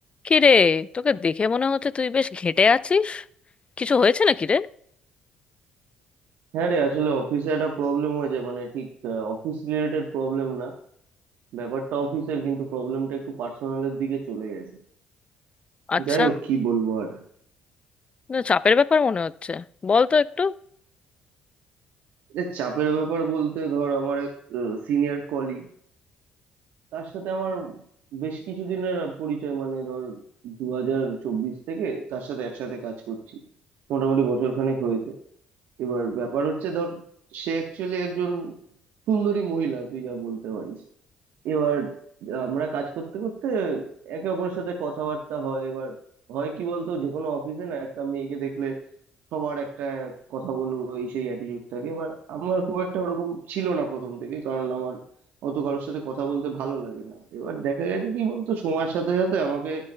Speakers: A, on the left; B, on the right.
A: কি রে তোকে দেখে মনে হচ্ছে তুই বেশ ঘেঁটে আছিস কিছু হয়েছে নাকি রে
B: হ্যাঁ রে আসলে অফিসে একটা প্রবলেম হয়েছে মানে ঠিক অফিস রিলেটেড প্রবলেম না ব্যাপারটা অফিসের কিন্তু প্রবলেমটা একটু পার্সোনালের দিকে চলে গেছে
A: আচ্ছা
B: যাই হোক কি বলবো আর
A: না, চাপের ব্যাপার মনে হচ্ছে বল তো একটু
B: এটা চাপের ব্যাপার বলতে ধর আমার এক সিনিয়র কলিগ তার সাথে আমার বেশ কিছুদিনের পরিচয় মানে ধর দু হাজার চব্বিশ থেকে তার সাথে একসাথে কাজ করছি মোটামুটি বছরখানেক হয়েছে এবার ব্যাপার হচ্ছে ধর সে অ্যাকচুয়ালি একজন সুন্দরী মহিলা তুই যা বলতে পারিস এবার আমরা কাজ করতে করতে একে অপরের সাথে কথাবার্তা হয় এবার হয় কি বলতো যে কোনো অফিসে না একটা মেয়েকে দেখলে সবার একটা কথা বলবো এই সেই অ্যাটিটিউড থাকে এবার আমার খুব একটা ওরকম ছিল না প্রথম থেকে কারণ আমার অত কারোর সাথে কথা বলতে ভালো লাগে না এবার দেখা গেছে কি বলতো সময়ের সাথে সাথে আমাকে